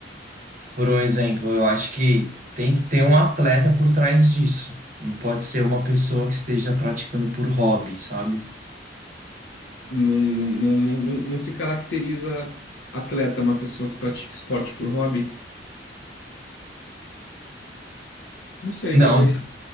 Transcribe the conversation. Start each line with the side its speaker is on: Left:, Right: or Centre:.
Right: Por um exemplo, eu acho que tem que ter um atleta por trás disso. Não pode ser uma pessoa que esteja praticando por hobby, sabe?
Left: Não, não, não, não, não não se caracteriza atleta uma pessoa que pratica esporte por hobby? Não sei,
Right: Não,
Left: talvez.